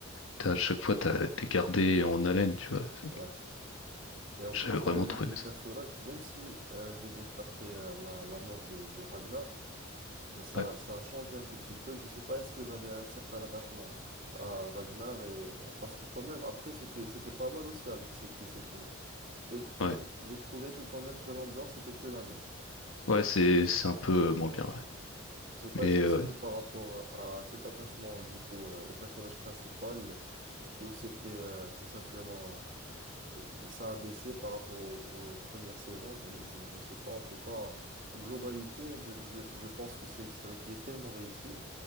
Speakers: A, on the left; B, on the right.
A: T'as- À chaque fois, t'as- t'es gardé en haleine, tu vois. C'est-
B: ouais. Et en
A: J'avais
B: plus,
A: vraiment
B: le-
A: trouvé
B: les
A: aimé
B: personnages,
A: ça.
B: même si euh, je vais dire qu'après euh, la, la mort de, de Ragnar, euh, ça,
A: Ouais,
B: ça a changé un tout petit peu. Je sais pas, est-ce que j'avais un certain attachement à Ragnar et... Parce que quand même, après, c'était, c'était pas mal aussi avec ses fils et tout. Mais,
A: ouais,
B: mais j'ai trouvé que quand même que l'ambiance était plus la même.
A: ouais, c'est c'est un peu moins bien, ouais.
B: Je sais pas,
A: Mais
B: est-ce que
A: euh,
B: c'était par rapport à cet attachement du coup euh, au personnage principal ou c'était euh, tout simplement euh, ça a baissé par rapport au- aux, premières saisons. Je, je, je sais pas. En tout cas, globalité, je, je, je pense que c'est une série qui est tellement réussie